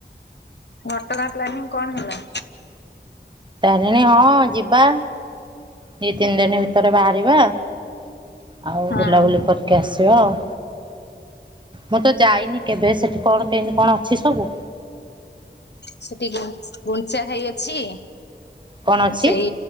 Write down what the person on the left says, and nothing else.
ଘଟଗାଁ ପ୍ଲାନିଙ୍ଗି କଣ ହେଲା?
ହଁ
ସେଠି ଗୁ ଗୁଣ୍ଡିଚା ଘାହି ଅଛି
ସେଇ